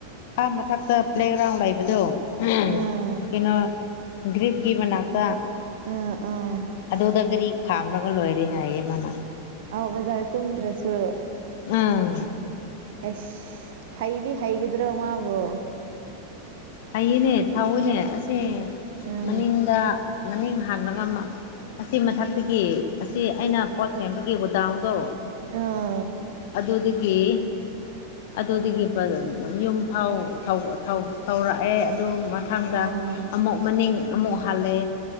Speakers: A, on the left; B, on the right.
A: ꯑꯥ ꯃꯊꯛꯇ ꯄ꯭ꯂꯦꯒ꯭ꯔꯥꯎꯟ ꯂꯩꯕꯗꯣ ꯎꯝ
B: ꯑꯥ
A: ꯀꯩꯅꯣ ꯒ꯭ꯔꯤꯞꯀꯤ ꯃꯅꯥꯛꯇ
B: ꯎꯝ ꯎꯝ
A: ꯑꯗꯨꯗ ꯒꯥꯔꯤ ꯈꯥꯝꯂꯒ ꯂꯣꯏꯔꯦ ꯍꯥꯏꯌꯦ ꯃꯥꯅ
B: ꯑꯥꯎ ꯕꯖꯥꯔ ꯀꯨꯝꯗ꯭ꯔꯁꯨ
A: ꯎꯝ
B: ꯑꯩꯁ ꯍꯩꯗꯤ ꯍꯩꯒꯗ꯭ꯔꯣ ꯃꯥꯕꯣ
A: ꯍꯩꯌꯦꯅꯦ ꯊꯧꯋꯤꯅꯦ ꯑꯁꯦ
B: ꯑꯥ
A: ꯃꯅꯤꯡꯗ ꯃꯅꯤꯡ ꯍꯥꯜꯂꯒ ꯑꯃ ꯑꯁꯤ ꯃꯊꯛꯇꯒꯤ ꯑꯁꯤ ꯑꯩꯅ ꯄꯣꯠ ꯁꯦꯝꯕꯒꯤ ꯒꯣꯗꯥꯎꯟꯗꯣ
B: ꯑꯥ
A: ꯑꯗꯨꯗꯤ ꯒꯤ ꯑꯗꯨꯗꯒꯤ ꯌꯨꯝ ꯐꯥꯎ ꯊꯧ ꯊꯧ ꯊꯧꯔꯛꯑꯦ ꯑꯗꯨ ꯃꯊꯪꯗ
B: ꯑꯥ
A: ꯑꯃꯨꯛ ꯃꯅꯤꯡ ꯑꯃꯨꯛ ꯍꯜꯂꯦ